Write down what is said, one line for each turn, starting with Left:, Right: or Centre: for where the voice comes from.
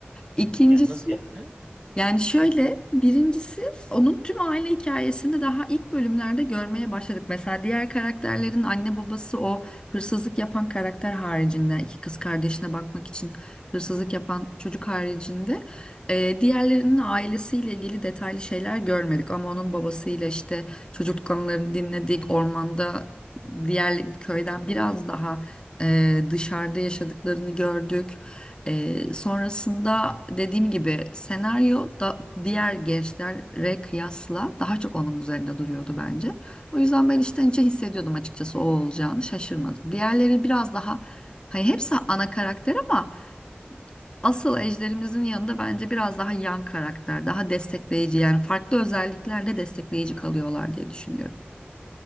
Left: İkincisi
Right: Yani nasıl yani?
Left: yani şöyle birincisi onun tüm aile hikayesini daha ilk bölümlerde görmeye başladık. Mesela diğer karakterlerin anne babası o hırsızlık yapan karakter haricinde iki kız kardeşine bakmak için hırsızlık yapan çocuk haricinde e, diğerlerinin ailesiyle ilgili detaylı şeyler görmedik. Ama onun babasıyla işte çocuk konularını dinledik. Ormanda diğer köyden biraz daha e, dışarıda yaşadıklarını gördük. Ee, sonrasında dediğim gibi senaryo da diğer gençlere kıyasla daha çok onun üzerinde duruyordu bence. O yüzden ben içten içe hissediyordum açıkçası o olacağını şaşırmadım. Diğerleri biraz daha hani hepsi ana karakter ama asıl ejderimizin yanında bence biraz daha yan karakter, daha destekleyici yani farklı özelliklerle destekleyici kalıyorlar diye düşünüyorum.